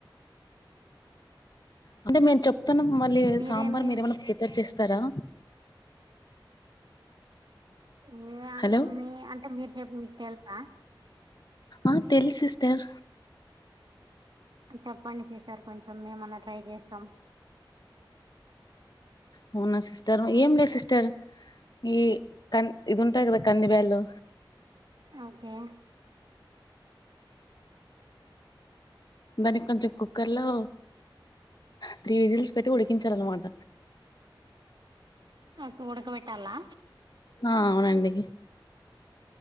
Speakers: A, on the left (about 55°); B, on the right (about 60°).
A: అంటే మేము చెప్తాన్నామ్ మళ్ళీ
B: మీరేమి
A: సాంబార్ మీరు ఏమైనా ప్రిపేర్ చేస్తారా?
B: మీ
A: హలో
B: మీ అంటే మీరు చెప్పి మీకు తెలుసా
A: ఆ తెలుసు సిస్టర్
B: చెప్పండి సిస్టర్ కొంచెం మేమన్నా ట్రై చేస్తాం
A: అవునా సిస్టర్ ఏం లేదు సిస్టర్ ఈ క ఇది ఉంటాయి కదా కంది బ్యాళ్లు
B: ఓకే
A: మరి కొంచెం కుక్కర్ లో త్రీ విజిల్స్ పెట్టి ఉడికించాలన్నమాట
B: ఓకే ఉడక బేట్టాలా
A: ఆ అవునండి